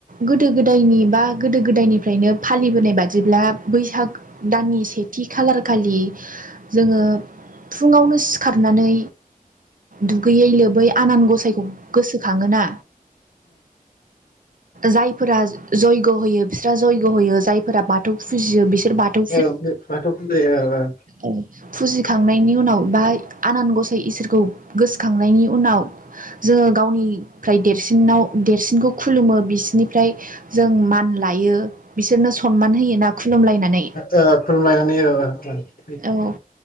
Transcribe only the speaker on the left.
औ बाथौ फुजियो औ औ
ओ <unintelligible>